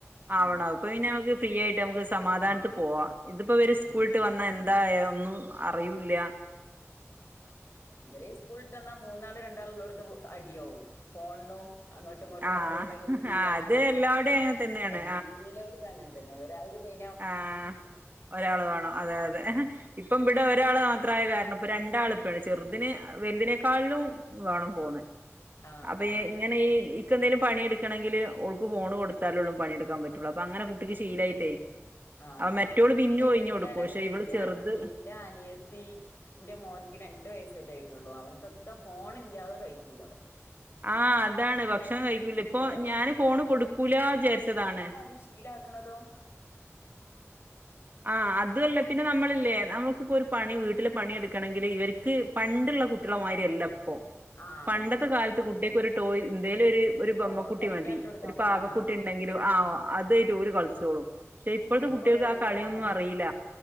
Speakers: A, on the left; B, on the right.
A: ആ
B: ആവണോ അപ്പൊ പിന്നെ നമുക്ക് ഫ്രീ ആയി് നമക്ക് സമാധാനത്തി
A: ആ
B: പോവാ ഇതിപ്പോവര് സ്കൂളിട്ട്
A: ഉം.
B: വന്ന എ എതായിരുന്നു അറിവൂല്ലല്യ
A: ഇവരെ ഇസ്കൂളിട്ടെന്ന മൂന്നാള് രണ്ടാളുള്ളോടത്തു അടിയാകും. ഫോണിനു അങ്ങോട്ടുങ്ങോട്ട്
B: ആഹ്
A: നമ്മളിവിടെന്ട്ടിങ്ങനെ,
B: ആഹ് അത്
A: അതേ
B: എല്ലാവടെയും അങ്ങനെ തന്നെയാണ്
A: എല്ലാടത്തും അങ്ങനെതന്നെ ഒരാൾടെ കൈ
B: ആ ഒരാള് വേണം അതെയതെ ഇപ്പം ഇവിടെ ഒരാള് മാ പ്രായകാരണം ഇപ്പ രണ്ടാളിപ്പഴ്. ചെറുതിന് വെൽതിനേക്കാളിലും വേണം ഫോണ്.
A: ആഹ്
B: അപ്പയെങ്ങനെ
A: ആഹ്
B: ഈ ക്കെന്തേലും പണിയെടുക്കണെങ്കില് ഓൾക്ക് ഫോണ് കൊടുത്താലേ ഒള്ളു പണിയെടുക്ക് ക്കാൻ പറ്റുള്ളൂ പ്പങ്ങനെ കുട്ടിക്ക് ശീലായിട്ടേ
A: ആ
B: ആഹ്
A: അതന്നെ.
B: മറ്റോള് പിന്നും
A: എല്ലാരുംങ്ങനെന്നെ
B: ഒഴിഞ്ഞ് കൊടുക്കും പക്ഷെ ഇവള്
A: എന്റ
B: ചെറുത്
A: എന്റനിയത്തി ന്റെ മോന്ക്ക് രണ്ട് ണ്ടു വയസ്സേറ്റോ ആയിട്ടുള്ളു അവനക്കൊക്കെ ഫോണില്ല്യാതെ കയിക്കൂല.
B: ആ അതാണ്, ഭക്ഷണം കഴിക്കൂലാ.
A: ഭയങ്കര
B: ഇപ്പ ഞാനും ഫോണ് കൊടുക്കൂലാചാരിച്ചതാണ്.
A: മുശ്കിലാക്കണതോ?
B: ആ അതുവല്ല പിന്നെ നമ്മളില്ലേ നമ്മക്കിപ്പോരു പണി വീട്ടിലെ പണിയെടുക്കണെങ്കില് ഇവര്ക്കു പണ്ടുള്ള കുട്ട്യാളെമാതിരിയല്ല ഇപ്പ് ഓ
A: ആഹ് അതന്നെ
B: പണ്ടത്തെ കാലത്ത്
A: ശരിയാണ്
B: കുട്ട്യാക്ക് ഒരു ടോയ് എന്തേലുയൊരു ഒരു
A: അപ്പൊ
B: ബൊമ്മക്കുട്ടി
A: കളിക്കാൻ
B: മതി
A: ഇട്ട് കൊടുത്താ
B: ഒരു പാവക്കുട്ടിയുണ്ടെങ്കില്
A: മതി ആഹ്
B: ആ
A: ആഹ്
B: അതുവായിട്ടു ഓരു കളി ച്ചോളും. ക്ഷേ ഇപ്പഴത്തെ
A: ഉം. ഇപ്പൊ
B: കുട്ടികൾക്കാ
A: ഉള്ളവർക്ക്
B: കളിയൊന്നും
A: ഫോണ്
B: അറിയില